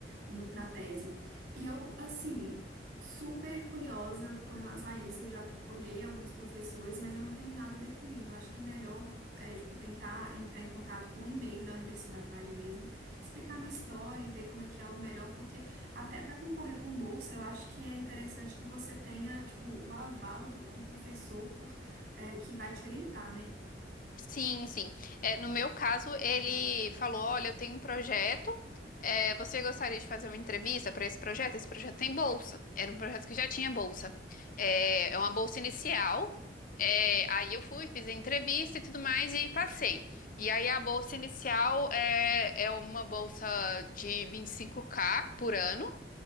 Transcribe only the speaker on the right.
no- na tese. E eu, assim, super curiosa com relação a isso. Eu já olhei alguns professores, mas eu não tenho nada definido. Eu acho que é melhor, é, tipo, tentar entrar em contato com o e-mail da universidade mesmo, explicar a minha história e ver como é que é o melhor, porque. Até para concorrer com bolsa, eu acho que é interessante que você tenha, tipo, o aval do, do professor, é, que vai te orientar, né?